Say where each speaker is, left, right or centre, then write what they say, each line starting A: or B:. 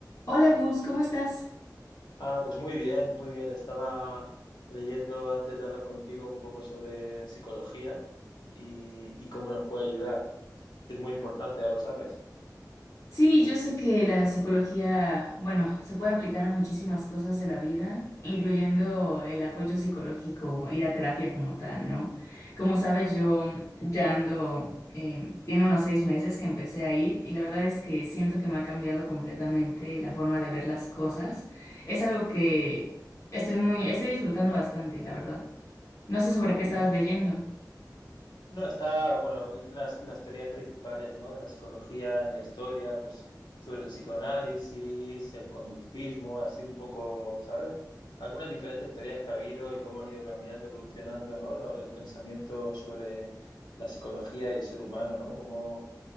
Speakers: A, on the left (about 45°); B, on the left (about 80°).
A: Hola Gus, ¿cómo estás?
B: Ah, pues muy bien, muy bien. Estaba leyendo antes de hablar contigo un poco sobre psicología y, y cómo nos puede ayudar. Es muy importante, ya lo sabes.
A: Sí, yo sé que la psicología, bueno, se puede aplicar a muchísimas cosas de la vida, incluyendo el apoyo psicológico, ir a terapia como tal, ¿no? Como sabes, yo ya ando, eh, tiene unos seis meses que empecé a ir y la verdad es que siento que me ha cambiado completamente la forma de ver las cosas. Es algo que estoy muy, estoy disfrutando bastante, la verdad. No sé sobre
B: Qué
A: qué estabas
B: bien.
A: leyendo.
B: No, está, bueno, las, las teorías principales, ¿no? De la psicología en la historia, pues sobre el psicoanálisis, el conductismo, así un poco, ¿sabes? Algunas diferentes teorías que ha habido y cómo han ido cambiando, evolucionando, ¿no? Lo- El pensamiento sobre la psicología y el ser humano, ¿no? Cómo